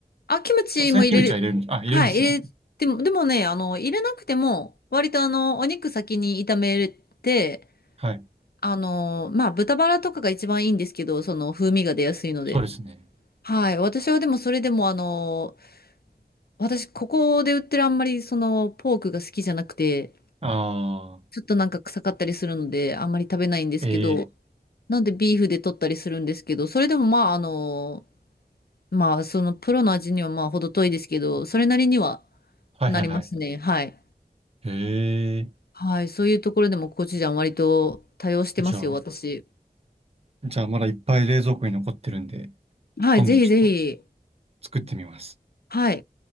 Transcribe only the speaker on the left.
あ、キムチも入れる、
はい、入れても、でもね、あの、入れなくても、割とあの、お肉先に炒めて、
あの、まあ、豚バラとかが一番いいんですけど、その風味が出やすいので。
はい。私はでもそれでもあの、私ここで売ってるあんまりそのポークが好きじゃなくて、
ちょっとなんか臭かったりするのであんまり食べないんですけど、
なんでビーフで取ったりするんですけど、それでもまああの、まあそのプロの味にはまあ程遠いですけど、それなりには
なりますね。はい。
はい。そういうところでもコチュジャン割と多用してますよ、
私。
はい。
ぜひぜひ。
はい。